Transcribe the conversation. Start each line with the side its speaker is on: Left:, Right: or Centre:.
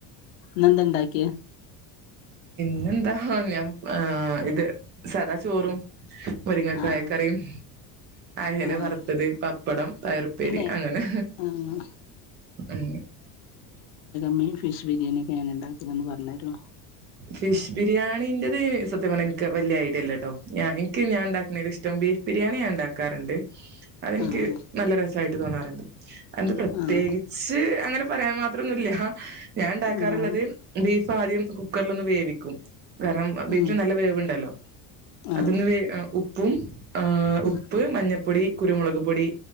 Left: ഇന്നെന്താണ്ടാക്കിയെ ഉം
Right: പിന്നെന്താ ഞാൻ ഇത് സദാ ചോറും മുരിങ്ങക്കായക്കറിയും
Left: ആഹ്
Right: അയല
Left: ആഹ്
Right: വറുത്തത് പപ്പടം പയർപ്പേരി
Left: പിന്നെ
Right: അങ്ങനെ
Left: ആഹ്
Right: ഉം
Left: മ്മി ഫിഷ് ബിരിയാണിൊക്കെങ്ങനെ പറഞ്ഞ് തരൊ
Right: ഫിഷ് ബിരിയാണിൻ്റെത് സത്യം പറഞ്ഞ ഇൻക്ക് വല്യ ഐഡിയല്ല്യട്ടോ ഞാ എനിക്കും ഞാൻ ഇണ്ടാക്ക്ണേല് ഇഷ്ടം ബീ ബിരിയാണി ഇണ്ടാക്കാറ്ണ്ട് അതെനിക്ക്
Left: ആഹ്
Right: നല്ല രസ ആയിട്ട് തോന്നാറുണ്ട് എന്ത് പ്രത്യേകിച്ച്
Left: ആഹ്
Right: അങ്ങനെ പറയാൻ മാത്രൊന്നുല്ല ഞാൻ ഉണ്ടാക്കാറുള്ളത്
Left: ആഹ്
Right: ബീഫ് ഫാദ്യം കുക്കറിൽ ഒന്ന് വേവിക്കും കാരണം ബീഫിന്
Left: ഉം
Right: നല്ല വേവുണ്ടല്ലോ
Left: ആഹ്
Right: അതൊന്ന് വേവ് ഉ പ്പും ആഹ്
Left: ഉം
Right: ഉപ്പ് മഞ്ഞ പ്പൊടി കുരുമുളക് പൊടി